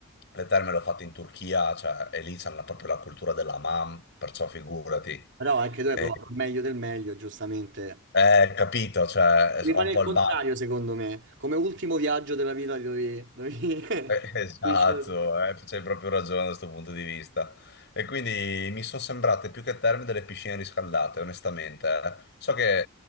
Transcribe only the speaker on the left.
le terme le ho fatte in Turchia, cioè, e lì c'è la- proprio la cultura della mam, perciò figurati.
Eh,
eh, capito, cioè,
ho
un po'
il bar.
Eh, <laughs> Esatto,
eh, c'hai proprio ragione da questo punto di vista. E quindi mi sono sembrate più che terme delle piscine riscaldate, onestamente. eh. So che